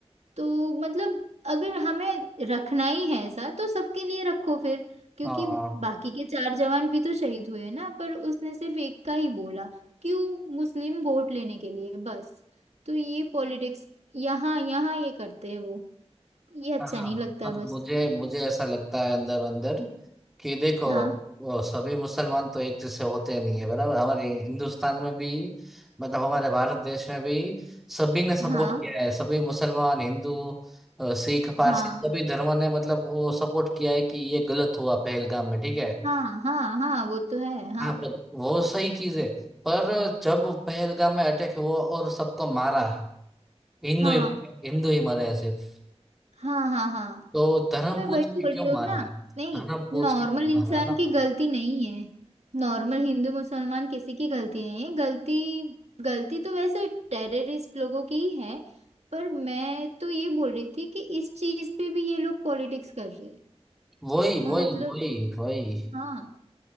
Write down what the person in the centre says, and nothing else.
हाँ
हाँ
मतलब
मुझे मुझे ऐसा लगता है अंदर अंदर कि देखो
वो सभी मुसलमान तो एक जैसे होते नहीं है बराबर हमारे हिंदुस्तान में भी मतलब हमारे भारत देश में भी सभी ने सपोर्ट
किया है सभी मुसलमान हिंदू अ, सिख पारसी
सभी धर्मों ने मतलब वो सपोर्ट किया है कि ये गलत हुआ पहलगाम में ठीक है
हाँ पर वो सही चीज है पर जब पहलगाम में अटैक हुआ और सबको मारा हिंदू
ही हिंदू ही मरे सिर्फ
तो धर्म
पूछ
के
क्यों
मारा
धर्म पूछ
के क्यों
मारा ना
वही
वही
वही वही